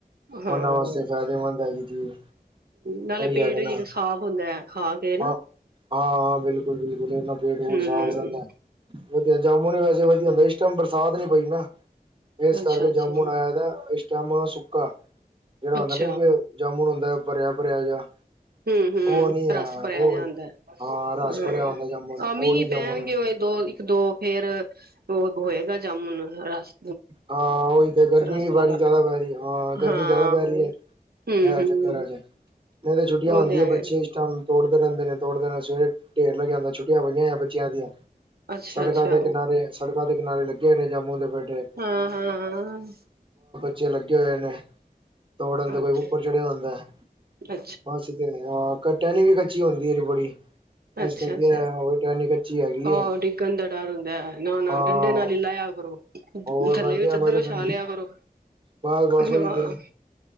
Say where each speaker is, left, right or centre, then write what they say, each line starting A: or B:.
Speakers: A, on the right (about 75°); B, on the right (about 30°).
A: ਹਾਂ
B: ਉਹਨਾਂ ਵਾਸਤੇ ਫਾਇਦੇਮੰਦ ਹੈਗੀ ਚੀਜ਼
A: ਨਾਲੇ
B: ਉਹੀ
A: ਪੇਟ
B: ਹੈਗਾ
A: ਵੀ
B: ਨਾ,
A: ਸਾਫ਼ ਹੁੰਦਾ ਹੈ ਖਾ ਕੇ ਨਾ
B: ਹਾਂ ਹਾਂ ਬਿਲਕੁਲ ਬਿਲਕੁਲ ਇਹਨਾ ਪੇਟ ਪੂਟ
A: ਹਮ
B: ਸਾਫ਼ ਰਹਿੰਦਾ ਵਧੀਆ ਜਾਮੂਨ ਵੈਸੇ ਵਧੀਆ ਹੁਣ ਬਰਸਾਤ ਨੀ ਪਈ ਨਾ। ਇਸ ਕਰਕੇ
A: ਅੱਛਾ ਅੱਛਾ
B: ਜਾਮੁਨ ਆਇਆ ਦਾ ਜਾਮੁਨ ਸੁੱਕਾ ਜਿਹੜਾ ਹੁੰਦਾ
A: ਅੱਛਾ
B: ਨਾ ਇੱਕ ਜਾਮੁਣ ਹੁੰਦਾ ਭਰਿਆ ਭਰਿਆ ਜਾ
A: ਹੂੰ ਹੂੰ
B: ਉਹ ਨੀ ਹੈ
A: ਰਸ ਭਰਿਆ
B: ਉਹ
A: ਜਾ ਹੂੰਦਾ ਹੈ
B: ਹਾਂ ਰਸ ਭਰਿਆ ਹੁੰਦਾ ਜਾਮੁਨ
A: ਅ ਮੀਂਹ
B: ਉਹ ਨੀ ਜਾਮੁਨ
A: ਪੈਣਗੇ ਦੋ ਇੱਕ ਦੋ ਫੇਰ ਉਹ ਹੋਏਗਾ ਜਾਮੁਨ ਰਸ
B: ਹਾਂ ਉਹੀ ਤੇ ਗਰਮੀ
A: ਰਸ
B: ਵੀ
A: ਵਾਲਾ
B: ਬੜੀ ਜ਼ਿਆਦਾ ਪੈ ਰਹੀ ਹੈ, ਹਾਂ ਗਰਮੀ
A: ਹਾਂ
B: ਜ਼ਿਆਦਾ ਪੈ
A: ਹਮ
B: ਰਹੀ ਹੈ। ਏ
A: ਹਮ
B: ਚੱਕਰ ਹੈਗਾ। ਨਹੀਂ ਤਾਂ ਛੁੱਟੀਆਂ
A: ਉਹ
B: ਹੁੰਦੀਆਂ
A: ਤੇ ਹੈ
B: ਬੱਚੇ ਇਸ ਟੈਮ ਤੋੜਦੇ ਰਹਿੰਦੇ ਨੇ, ਤੋੜਦੇ ਨੇ, ਸਵੇਰੇ ਢੇਰ ਲਗਯਾ ਹੂੰਦਾ ਏ। ਛੁੱਟੀਆਂ ਹੋਈਆਂ ਏ ਬੱਚਿਆਂ ਦੀਆਂ,
A: ਅੱਛਾ
B: ਸੜਕਾ
A: ਅੱਛਾ
B: ਦੇ ਕਿਨਾਰੇ, ਸੜਕਾਂ ਦੇ ਕਿਨਾਰੇ ਲੱਗੇ ਨੇ ਜਾਮੁਨ ਦੇ ਪੇਡੇ
A: ਹਾਂ ਹਾਂ ਹਾਂ।
B: ਪਿਛੇ ਲੱਗੇ ਹੋਏ ਨੇ ਤੋੜਨ ਦੇ
A: ਅੱਛਾ
B: ਕੋਈ ਉੱਪਰ ਚੜਿਆ ਹੁੰਦਾ ਏ,
A: ਅੱਛਾ
B: ਅਸੀ ਤੇ ਨਹੀ ਟਹਿਣੀ ਵੀ ਕੱਚੀ ਹੁੰਦੀ ਹੈ ਏਦੀ ਬੜੀ
A: ਅੱਛਾ
B: ਇਸ ਤੇ ਕੀ
A: ਅੱਛਾ
B: ਹੈ ਟਹਿਣੀ ਕੱਚੀ ਹੈਗੀ
A: ਆਹੋ
B: ਹੈ
A: ਡਿੱਗਣ ਦਾ ਡਰ ਹੁੰਦਾ ਏ ਨਾ-ਨਾ
B: ਹਾਂ
A: ਡੰਡੇ ਨਾਲ ਹੀ ਲਾਇਆ ਕਰੋ।
B: ਹੋਰ
A: ਥੱਲੇ
B: ਮੈਂ ਕਿਹਾ
A: ਵੀ ਚੱਦਰ
B: ਮੈਂ ਤਾਂ
A: ਵਿਛਾ ਲਿਆ ਕਰੋ,
B: ਬਸ ਬਸ
A: ਹਾਂ
B: ਉਹੀ ਤੇ